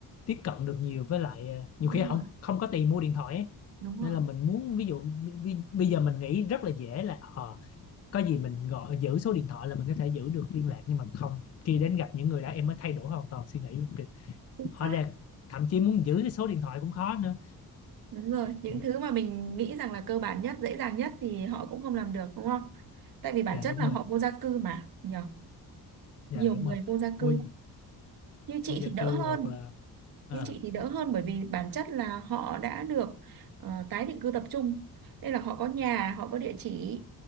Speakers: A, on the left; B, on the right.
A: tiếp cận được nhiều với lại ờ,
B: Đúng
A: nhiều khi họ
B: rồi,
A: không không có tiền mua điện thoại ấy.
B: đúng rồi.
A: Nên là mình muốn ví dụ bi- bây giờ mình nghĩ rất là dễ là ờ, có gì mình gọi giữ số điện thoại là mình có thể giữ được liên lạc nhưng mà không khi đến gặp những người đó em mới thay đổi hoàn toàn suy nghĩ kiểu,
B: chính
A: hóa
B: xác
A: ra thậm chí muốn giữ cái số điện thoại cũng khó nữa
B: Đúng rồi, những
A: Đấy.
B: thứ mà mình nghĩ rằng là cơ bản nhất, dễ dàng nhất thì họ cũng không làm được đúng không? Tại vì bản
A: Dạ
B: chất
A: đúng
B: là
A: rồi,
B: họ vô gia cư mà, nhờ.
A: dạ
B: Nhiều
A: đúng
B: người
A: rồi.
B: vô gia cư.
A: Vô,
B: Như chị
A: vô gia
B: thì đỡ
A: cư
B: hơn,
A: hoặc là à,
B: như chị thì đỡ hơn bởi vì bản chất là họ đã được ờ, tái định cư tập trung. Đây là họ có nhà, họ có địa chỉ